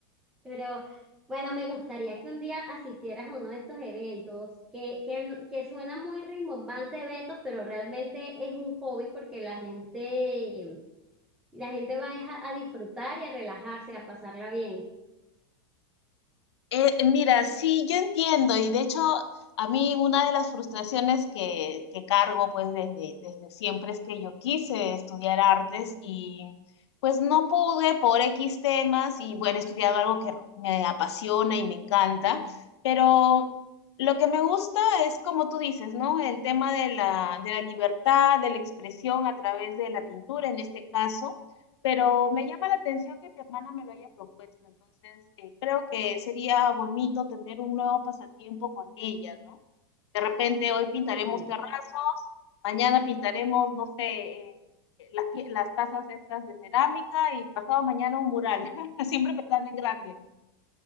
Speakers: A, in the centre; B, on the left.
A: Pero bueno, me gustaría que un día asistieras a uno de estos eventos, que, que, no- que suena muy rimbombante eventos, pero realmente es un hobby porque la gente, la gente va es a, a disfrutar y a relajarse, a pasarla bien.
B: Eh, mira, sí, yo entiendo y de hecho a mí una de las frustraciones que, que cargo pues desde, desde siempre es que yo quise estudiar artes y pues no pude por X temas y bueno, he estudiado algo que me apasiona y me encanta, pero lo que me gusta es como tú dices, ¿no? El tema de la, de la libertad, de la expresión a través de la pintura en este caso pero me llama la atención que mi hermana me lo haya propuesto, entonces eh, creo que sería bonito tener un nuevo pasatiempo con ella, ¿no? De repente hoy pintaremos
A: Sí.
B: terrazos, mañana pintaremos, no sé, eh, las, pie- las tazas estas de cerámica y pasado mañana un mural, <laughs> siempre pensando en grande.